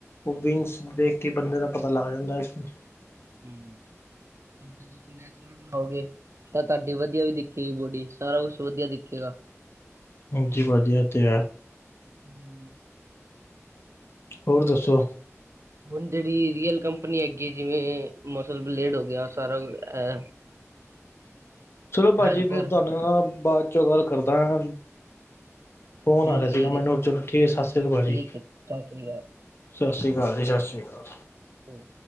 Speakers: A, on the left (about 50°); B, on the right (about 60°).
A: ਉਹ ਬੀਨਸ ਦੇਖ ਕੇ ਬੰਦੇ ਦਾ ਪਤਾ ਲੱਗ ਜਾਂਦਾ ਹੈ।
B: ਹੂੰ ਜ ਤੁਸੀਂ ਨੈਚੁਰਲ ਬਣਾਓਗੇ ਤਾਂ ਤੁਹਾਡੀ ਵਧੀਆ ਵੀ ਦਿਖੇਗੀ ਬੋਡੀ ਸਾਰਾ ਕੁਛ ਵਧੀਆ ਦਿਖੇਗਾ।
A: ਹਾਂਜੀ ਪਾਜੀ ਐ ਤੇ ਹੈ।
B: ਹੂੰ
A: ਹੋਰ ਦੱਸੋ।
B: ਹੁਣ ਹੁਣ ਜਿਹੜੀ ਰੀਅਲ ਕੰਪਨੀ ਹੈਗੀ ਜਿਵੇਂ ਮਸਲ ਬਲੇਡ ਹੋ ਗਿਆ ਸਾਰਾ ਇਹ
A: ਚਲੋ ਪਾਜੀ
B: ਵੈਲਪੁਰ
A: ਫਿਰ ਤੁਹਾਨੁ ਮੈ ਬਾਅਦ 'ਚੋਂ ਗੱਲ ਕਰਦਾ। ਫੋਨ
B: ਚਲੋ
A: ਆ ਰਿਹਾ ਸੀ
B: ਠੀਕ
A: ਗਾ ਮੈਨੁੰ
B: ਹੈ
A: ਚਲੋ ਠੀਕ ਸਤਿ ਸ਼੍ਰੀ ਅਕਾਲ ਪਾਜੀ।
B: ਠੀਕ ਹੈ ਸਤਿ ਸ੍ਰੀ
A: ਸਤਿ ਸ਼੍ਰੀ ਅਕਾਲ ਜੀ, ਸਤਿ ਸ਼੍ਰੀ ਅਕਾਲ।
B: ਹਮ